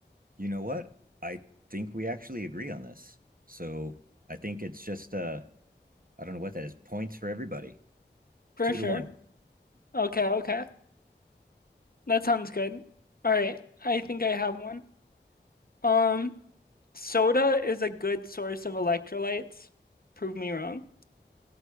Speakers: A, on the right; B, on the left.
A: You know what? I think we actually agree on this. So I think it's just, uh, I don't know what that is, points for everybody,
B: For
A: two
B: sure.
A: to one.
B: Okay, okay. That sounds good. All right. I think I have one. Um, soda is a good source of electrolytes. Prove me wrong.